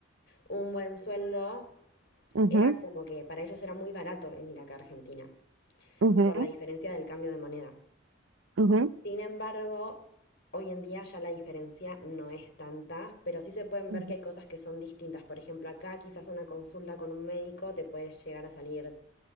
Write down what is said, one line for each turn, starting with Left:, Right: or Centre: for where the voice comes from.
Left: un buen sueldo,
Right: ujú,
Left: era
Right: ujú,
Left: como que para ellos era muy barato venir acá a Argentina
Right: ujú,
Left: por la diferencia del cambio de moneda.
Right: ujú,
Left: Sin embargo, hoy en día ya la diferencia no es tanta, pero sí se pueden
Right: ujú,
Left: ver que hay cosas que son distintas. Por ejemplo, acá quizás una consulta con un médico te puede llegar a salir